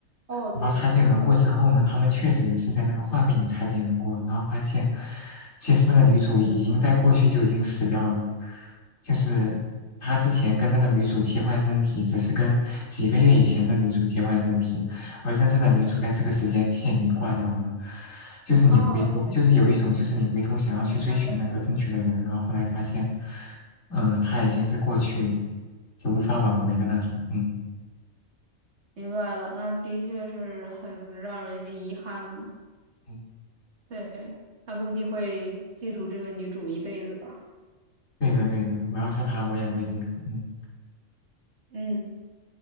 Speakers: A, on the right; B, on the left.
A: 哦，
B: 然后擦肩而过之后呢，
A: 对对对，
B: 他们确实是在那个画面里擦肩而过，然后发现其实那个女主已经在过去就已经死掉了，就是他之前跟那个女主切换身体，只是跟几个月以前的女主切换身体，而真正的女主在这个时间线已经挂掉了。就是你回头，
A: 哦，对对对，
B: 就是有一种，就是你回头想要去追寻那个正确的人，
A: 我想起来了，
B: 然后后来发现，嗯、他已经是过去，就无法挽回的那种。嗯
A: 明白了，那的确是很让人遗憾呢。
B: 嗯，
A: 对，他估计会记住这个女主一辈子吧。
B: 对的对的，我要是他，我也会这样，嗯
A: 嗯，